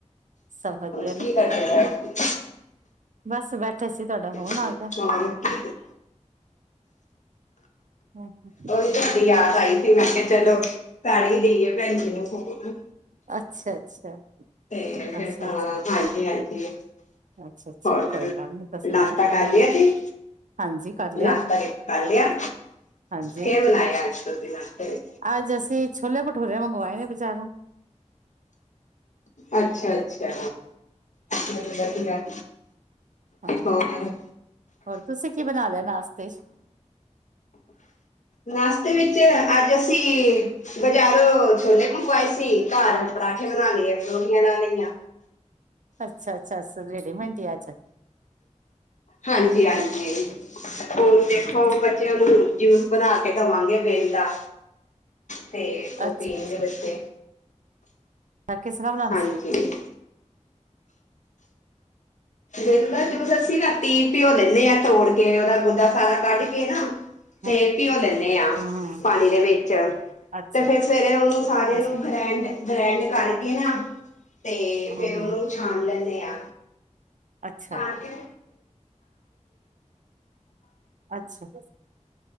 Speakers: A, on the right (about 80°); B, on the left (about 75°).
A: ਸਭ ਵਧੀਆ
B: ਹੋਰ
A: ਨੇ,
B: ਕੀ ਕਰਦੇ ਪਏ
A: ਬਸ ਬੈਠੇ ਸੀ ਤੁਹਾਡਾ ਫੋਨ
B: ਸੀ?
A: ਆ ਕੇ
B: ਹੋਰ
A: ਹਮ ਹਮ
B: ਉਹੀ ਤੁਹਾਡੀ ਯਾਦ ਆਈ ਸੀ ਮੈਂ ਕਿਹਾ ਚਲੋ ਕਰ ਹੀ ਲਈਏ ਭੈਣ ਜੀ ਨੂੰ ਫੋਨ
A: ਅੱਛਾ, ਅੱਛਾ
B: ਤੇ ਫੇਰ
A: ਅੱਛਾ
B: ਤਾਂ
A: ਅੱਛਾ
B: ਹਾਂਜੀ -ਹਾਂਜੀ ਆ
A: ਅੱਛਾ ਅੱਛਾ
B: ਹੋਰ
A: ਕੋਈ ਗੱਲ ਨੀ ਤਾਂ ਸੁਣਾਓ
B: ਨਾਸ਼ਤਾ ਕਰ ਲਿਆ ਸੀ
A: ਹਾਂਜੀ ਕਰ ਲਿਆ
B: ਨਾਸਤਾ ਕਰ ਲਿਆ
A: ਹਾਂਜੀ
B: ਕੀ ਬਣਾਇਆ ਅੱਜ ਦੇ ਨਾਸਤੇ ਚ
A: ਅੱਜ ਅਸੀਂ ਛੋਲੇ ਭਟੂਰੇ ਮੰਗਵਾਏ ਨੇ ਬਜ਼ਾਰੋਂ
B: ਅੱਛਾ ਅੱਛਾ ਵਧੀਆ
A: ਹਾਂਜੀ
B: ਹੋਰ
A: ਹੋਰ ਤੁਸੀਂ ਕੀ ਬਣਾ ਲਿਆ ਨਾਸ਼ਤੇ ਚ
B: ਨਾਸਤੇ ਵਿੱਚ ਅੱਜ ਅਸੀਂ ਬਜ਼ਾਰੋਂ ਛੋਲੇ ਮੰਗਵਾਏ ਸੀ ਘਰ ਪਰਾਂਠੇ ਬਣਾ ਲਏ ਪਰੋਠੀਆਂ ਲਾ ਲਈਆਂ
A: ਅੱਛਾ, ਅੱਛਾ ਰੇਡੀਮੈਂਟ ਹੀ ਅੱਜ
B: ਹਾਂਜੀ -ਹਾਂਜੀ, ਹੁਣ ਦੇਖੋ
A: ਅੱਛਾ
B: ਬੱਚਿਆਂ ਨੂੰ ਜੂਸ ਬਣਾ ਕੇ ਦੇਵਾਂਗੇ ਬੇਲ ਦਾ ਤੇ ਉਹ
A: ਅੱਛਾ
B: ਪੀਣਗੇ
A: ਅੱਛਾ
B: ਬੱਚੇ,
A: ਅੱਛਾ ਕਿਸ ਤਰ੍ਹਾਂ ਬਣਾਉਂਦੇ
B: ਹਾਂਜੀ ਫੇਰ ਤਾ ਜੂਸ ਅਸੀਂ ਰਾਤੀ ਭਿਓ ਲੈਂਦੇ ਹਾਂ ਤੋੜ ਕੇ ਉਹਦਾ ਗੁੰਦਾ ਸਾਰਾ ਕੱਢ ਕੇ ਨਾ। ਤੇ
A: ਹਮ
B: ਭਿਓਂ ਲੈਂਦੇ ਆਂ,
A: ਹਮ
B: ਪਾਣੀ ਦੇ ਵਿੱਚ।
A: ਅੱਛਾ
B: ਤੇ ਫੇਰ ਸਵੇਰੇ ਉਹਨੂੰ ਸਾਰੇ
A: ਅੱਛਾ
B: ਨੂੰ ਗ੍ਰੈਂਡ। ਗਰੈੰਡ ਕਰਕੇ ਨਾ ਤੇ
A: ਹਮ
B: ਫੇਰ
A: ਹਮ
B: ਉਹਨੂੰ ਛਾਣ ਲੈਂਦੇ ਆਂ।
A: ਅੱਛਾ
B: ਹਾਂਜੀ।
A: ਅੱਛਾ,